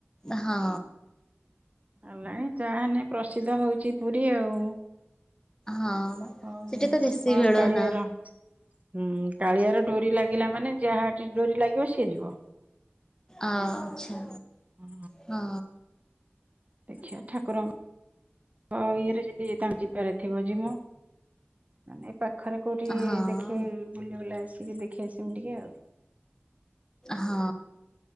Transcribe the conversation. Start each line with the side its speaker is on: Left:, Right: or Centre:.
Left: ହଁ।
Right: ହେଲାଣି ଯାହା ହେନେ ପ୍ରସିଦ୍ଧ ହଉଛି ପୁରୀ ଆଉ।
Left: ହଁ
Right: ଆଉ
Left: ସେଠି ତ ବେଶୀ
Right: ଅ
Left: ଭିଡ
Right: କାଳିଆର
Left: ନା
Right: ହୁଁ କାଳିଆର ଡୋରି ଲାଗିଲା ମାନେ ଯାହାଠି ଡୋରି ଲାଗିବ ସିଏ ଯିବ।
Left: ଅଁ ଆଚ୍ଛା
Right: ହଁ
Left: ହଁ।
Right: ଦେଖିଆ ଠାକୁରଙ୍କ କ ଇଏରେ ଯଦି ତାଙ୍କ ଯିବାରେ ଥିବ ଯିମୁ ମାନେ ପାଖରେ କୋଉଠି
Left: ହଁ
Right: ଦେଖେଇ ବୁଲି ବୁଲା ଆସିକି ଦେଖି ଆସିମୁ ଟିକେ ଆଉ।
Left: ହଁ